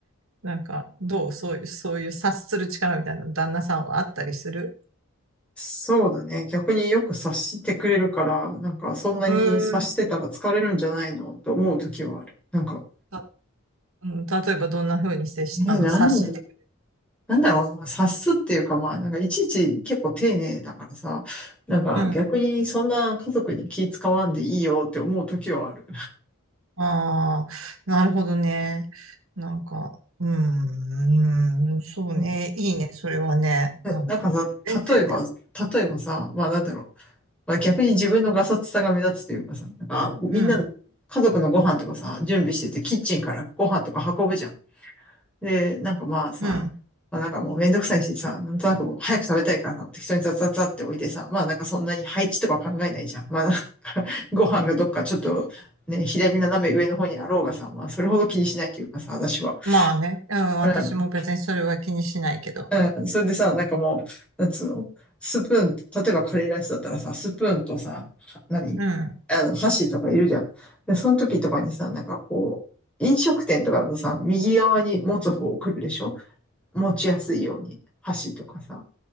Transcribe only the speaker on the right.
なんか、どうそういう、そういう察する力みたいなの旦那さんはあったりする
うーん。
たうん、例えばどんな風に接し、
あの、
察してく
れるうん。ああ、なるほどね。なんか、うーん、そうね。
いいね、それはね。なんか、
全然だよ。
うん、うん、
うん。
まあね、うん、
私も別にそれは気にしないけど。
うん、うん、